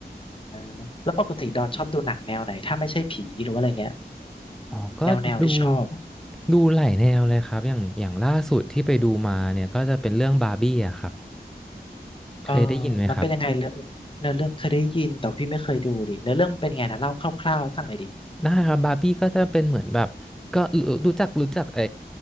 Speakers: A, on the left (about 30°); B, in the centre.
A: อ่าแล้วปกติดอนชอบดูหนังแนวไหนถ้าไม่ใช่ผีหรือว่าอะไรเงี้ย
B: อ๋อก็ดู
A: แนวแนวที่ชอบ
B: ดูหลายแนวเลยครับอย่างอย่างล่าสุดที่ไปดูมาเนี่ยก็จะเป็นเรื่องบาร์บี้อะครับเคยได้ยินไหมครับ
A: เออมันเป็นยังไงเรื่องเนื้อเรื่องเคยได้ยินแต่พี่ไม่เคยดูดิเนื้อเรื่องมันเป็นไงนะเล่าคร่าวๆให้ฟังหน่อยดิ
B: ได้ครับบาร์บี้ก็จะเป็นเหมือนแบบก็รู้รู้จักรู้จักไอ